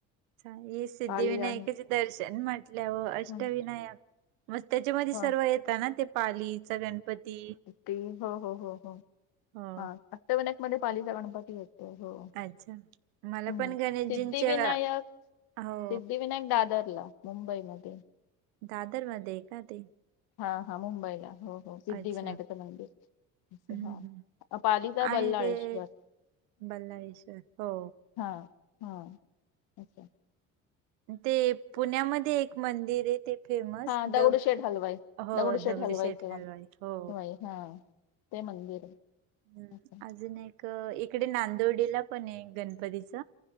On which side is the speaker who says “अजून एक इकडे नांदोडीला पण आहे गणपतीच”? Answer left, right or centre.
Right